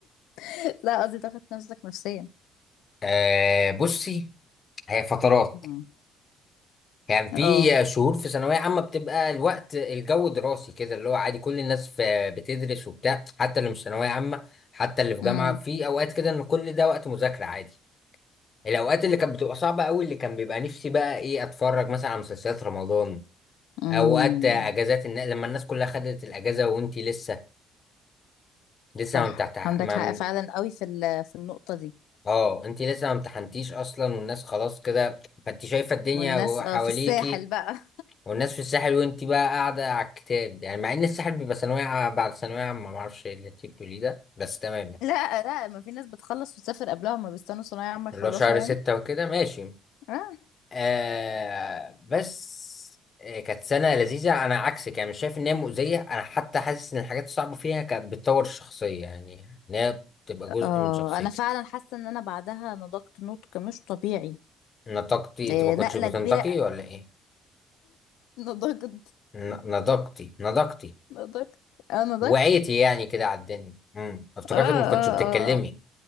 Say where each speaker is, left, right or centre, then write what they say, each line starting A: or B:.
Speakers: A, on the left; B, on the left.
A: <laughs> لا قصدي ضاغط نفسك نفسيا
B: آه، بصي هي فترات
A: مم.
B: يعني في
A: اه
B: شهور في ثانويه عامه بتبقى الوقت الجو دراسي كده اللي هو عادي كل الناس في- بتدرس وبتاع حتى اللي مش ثانويه عامه حتى اللي في جامعه
A: امم
B: في اوقات كده ان كل ده وقت مذاكره عادي الاوقات اللي كانت بتبقى صعبه قوي اللي كان بيبقى نفسي بقى ايه اتفرج مثلا على مسلسلات رمضان
A: امم
B: اوقات اجازات النا... لما الناس كلها خدت الاجازه وانتي لسه لسه
A: صح
B: ما بتاعت
A: عندك
B: ما
A: حق
B: من...
A: فعلا قوي في ال- في النقطة دي
B: اه انتي لسه ما امتحنتيش اصلا والناس خلاص كده فانت شايفه الدنيا
A: والناس
B: حواليكي
A: اه في الساحل بقى
B: والناس في الساحل وانتي بقى قاعده على الكتاب يعني مع ان الساحل بيبقى ثانويه ع- بعد ثانويه عامه ما اعرفش إيه اللي انتي بتقوليه ده بس تمام
A: <laughs>
B: يعني
A: لا لا ما في ناس بتخلص وتسافر قبلها ما بيستنوا صنايعي عم يخلصوا
B: اللي هو شهر
A: يعني
B: ستة وكده ماشي
A: اه
B: آه بس آه كانت سنة لذيذة أنا عكسك يعني مش شايف إن هي مؤذية أنا حتى حاسس إن الحاجات الصعبة فيها كانت بتطور الشخصية يعني إن هي بتبقى
A: آه،
B: جزء من شخصيتك
A: انا فعلا حاسة ان انا بعدها نضجت نضج مش طبيعي
B: نطقتي أنت
A: إيه،
B: ما كنتش
A: نقلة
B: بتنطقي
A: كبيرة
B: ولا إيه؟
A: <laughs> نضجت
B: ن- نضجتي نضجتي
A: نضجت اه نضجت
B: وعيتي يعني كده على الدنيا امم افتكرتك
A: اه اه
B: ما كنتش بتتكلمي
A: اه آه.